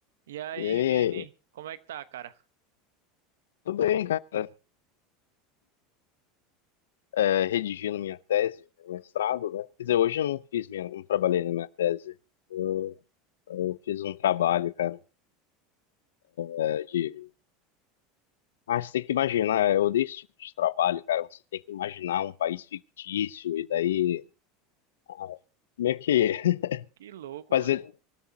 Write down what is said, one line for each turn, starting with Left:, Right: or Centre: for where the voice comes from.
Right: E aí,
Left: E aí,
Right: Vini, como é que tá, cara?
Left: tudo bem, cara? É, redigindo minha tese, meu mestrado, né? Quer dizer, hoje eu não fiz minha, não trabalhei na minha tese. Eu, eu fiz um trabalho, cara, é, de. Ah, você tem que imaginar, eu odeio esse tipo de trabalho, cara. Você tem que imaginar um país fictício e daí. ah, meio que <laughs>
Right: Que louco,
Left: fazer.
Right: mano.